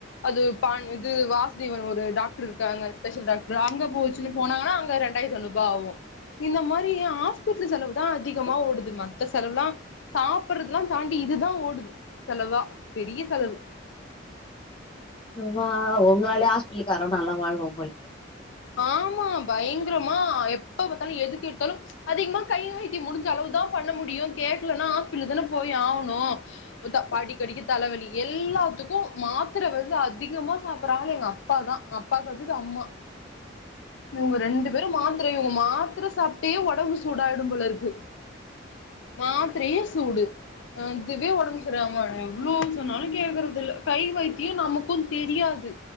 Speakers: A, on the left (about 70°); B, on the left (about 25°).
A: அது பான் இது வாசுதேவன் ஒரு டாக்ரு இருக்காங்க ஸ்பெஷல் டாக்ரு அங்க போச்சு போனாங்கன்னா அங்க ரெண்டாய்த் ஐநூறு பா வு இந்த மாரி ஆஸ்பிட்டல் செலவுதா அதிகமா ஓடுது மத்த செலவ்லா சாப்பறதுல்லா தாண்டி இதுதா ஓடுது செலவ்வா பெரிய செலவு
B: <unintelligible> ஒங்ளாலே ஆஸ்பிட்லுக்காரே நல்லா வாழ்றா
A: ஆமா பயங்ரமா எப்ப பாத்தாலு எதுக்கெடுத்தாலு அதிகமா கைவை த்தி முடிஞ்சளவு தா பண்ண முடியு கேக்லன்னா ஆஸ்பிட்லு தானே போய் ஆவ்ணு படிக்கடிக்கி தலவலி எல்லாத்துக்கு மாத்ர வந்து அதிகமா சாப்பற ஆளு எங்க ப்பாதா அப்பாகடுத்தது அம்மா இவுங்க ரெண்டு பேரும் மாத்ர இவுங்க மாத்ர சாப்ட்டே ஒடம்பு சூடாயிடும் போலருக்கு மாத்ரேயே சூடு அதுவே ஒடம்பு சரிஆகாமாயிடு எவ்ளோ சொன்னாலு கேக்குறது இல்ல கை வைத்தியோ நமக்கு தெரியாது